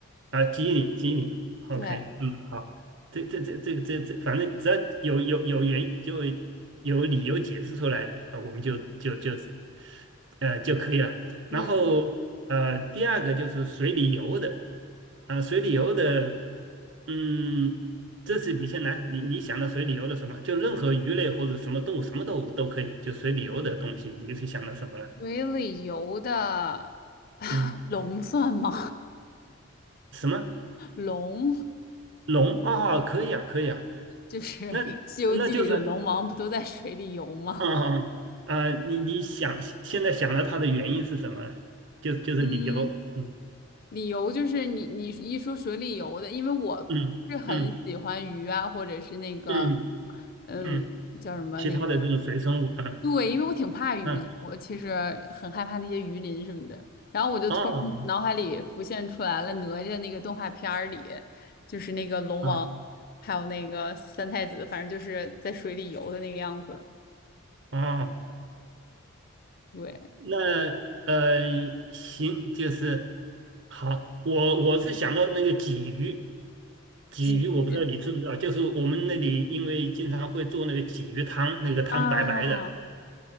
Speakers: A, on the right (about 55°); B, on the left (about 45°).
A: 啊，激你激你，OK，
B: 对，
A: 嗯，好，这这这这这这，反正只要有有有原就有理由解释出来，呃，我们就就就呃就可以了。然后呃，
B: 嗯，
A: 第二个就是水里游的，啊、水里游的，嗯，这次你先来，你你想到水里游的什么？就任何鱼类或者什么动物，什么都都可以，就水里游的东西，你是想到什么了？
B: 水里游的
A: 嗯，
B: 龙算吗？
A: 什么
B: <laughs> 龙
A: 龙？哦，可以啊，可以啊。
B: 就是《西游记》里的龙王，
A: 那那就是
B: 不都在水里游吗？
A: 啊啊啊！呃你你想现在想到它的原因是什么了就就是理由，
B: <laughs> 嗯，
A: 嗯
B: 理由就是你你一说水里游的，因为我不是很喜欢鱼啊，
A: 嗯嗯
B: 或者是那个，
A: 嗯
B: 嗯，
A: 嗯，
B: 叫什么那个
A: 其他的这种水生物，嗯
B: 对，因为我挺怕鱼的，
A: 嗯，
B: 我其实很害怕那些鱼鳞什么的。然后我就突然嗯脑海里浮现出来了哪吒那个动画片儿里，
A: 哦
B: 就是那个龙王，
A: 哦
B: 还有那个三太子，反正就是在水里游的那个样子。
A: 哦，
B: 对，
A: 那呃行，就是好，我我是想到那个鲫鱼，鲫鱼我不知道你知不知道，
B: 鲫鱼
A: 就是我们那里因为经常会做那个鲫鱼汤，那个汤白白的
B: 啊，